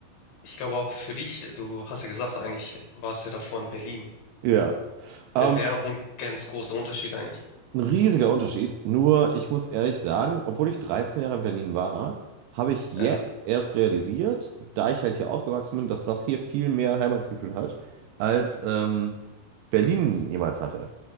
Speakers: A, on the left; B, on the right.
A: ich glaube auch für dich, du hast ja gesagt, eigentlich warst du ja davor in Berlin.
B: ja. Ähm,
A: Es ist ja auch ein ganz großer Unterschied eigentlich.
B: ein riesiger Unterschied. Nur, ich muss ehrlich sagen, obwohl ich 13 Jahre in Berlin war, habe ich jetzt
A: Ja.
B: erst realisiert, da ich halt hier aufgewachsen bin, dass das hier viel mehr Heimatsgefühl hat, als ähm, Berlin jemals hatte.